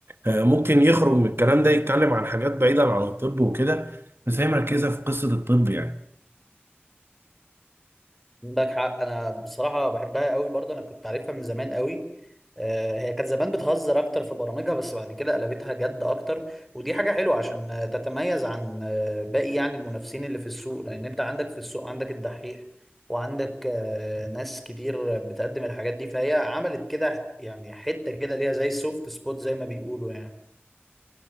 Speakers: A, on the right; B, in the centre.
A: آه، ممكن يخرج من الكلام ده يتكلم عن حاجات بعيدة عن الطب وكده بس هي مركزة في قصة الطب يعني
B: عندك حق انا بصراحه بحبها قوي برضه انا كنت عارفها من زمان قوي آه، هي كانت زمان بتهزر اكتر في برامجها بس بعد كده قلبتها جد اكتر ودي حاجة حلوة عشان آه، تتميز عن آه، باقي يعني المنافسين اللي في السوق لان انت عندك في السوق عندك الدحيح وعندك آه، ناس كتير بتقدم الحاجات دي فهي عملت كده يعني حتة كده ليها زي سوفت سبوت زي ما بيقولوا يعني